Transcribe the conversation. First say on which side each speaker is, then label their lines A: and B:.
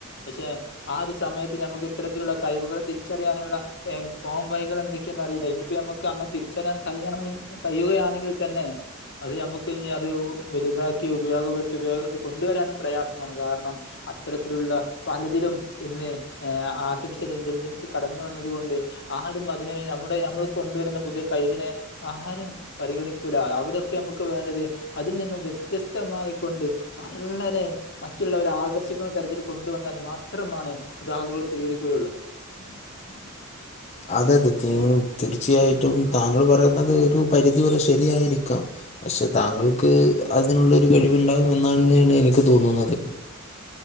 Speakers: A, on the left; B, on the left.
A: പക്ഷെ ആ ഒരു സമയത്ത് നമുക്ക് ഇത്തരത്തിലുള്ള കഴിവുകൾ തിരിച്ചറിയാനുള്ള ഏം പോം വഴികൾ എന്തൊക്കെയെന്ന്റിയില്ല ഇനിയിപ്പ നമക്ക് അങ്ങനെ തിരിച്ചറിയാൻ കഴിയണ കഴിയുകയാണെങ്കിൽ തന്നെ അത് നമുക്കിനി അത് വലുതാക്കി ഉപയോഗപ്പെടുത്തി ഉപയോഗപ്പെടുത്തി കൊണ്ടുവരാനും പ്രയാസമാണ് കാരണം അത്തരത്തിലുള്ള പലതിലും ഇന്ന് ഏ ആർട്ടിഫിഷ്യൽ ഇന്റലിജൻസ് കടന്നു വന്നത് കൊണ്ട് ആരും അതിനെ നമ്മുടെ നമ്മൾ കൊണ്ടുവരുന്ന പുതിയ കഴിവിനെ അഹാരം പരിഗണിക്കൂല അവിടൊക്കെ നമുക്ക് വേണ്ടത് അതിൽ നിന്നും വ്യത്യസ്തമായിക്കൊണ്ട് വള്ളരെ മറ്റുള്ളവരെ ആകർഷിക്കുന്ന തരത്തിൽ കൊണ്ടുവന്നാൽ മാത്രമാണ് അതാളുകൾ സ്വീകരിക്കുകയുള്ളു. <unintelligible>
B: അതെ അത് തീ തീർച്ചയായിട്ടും താങ്കൾ പറയുന്നത് ഒരു പരിധിവരെ ശരിയായിരിക്കാം പക്ഷെ താങ്കൾക്ക് അതിനുള്ളൊരു കഴിവുണ്ടാവും എന്നന്നേണ് എനിക്ക് തോന്നുന്നത്.